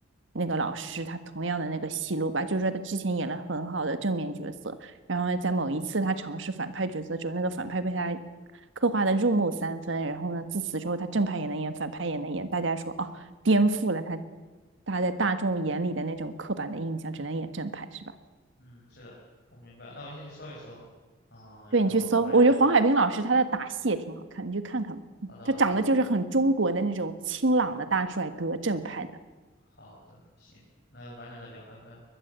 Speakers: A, on the right; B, on the left.
A: 那个老师，他同样的那个戏路吧，就是说他之前演了很好的正面角色。然后在某一次他尝试反派角色之后，那个反派被他刻画的入木三分，然后呢，自此之后他正派也能演，反派也能演，大家说哦，颠覆了他大家在大众眼里的那种刻板的印象，只能演正派是吧？
B: 嗯，是的，我明白。那我先去搜一搜，嗯，
A: 对你去搜，
B: 然后我们晚点再聊。
A: 我觉得黄海冰老师他的打戏也挺好看，你去看看吧。嗯他长得就是很中国的那种清朗的大帅哥，
B: 好的，好的，嗯，
A: 正派的。
B: 好的，行，那晚点再聊，拜拜。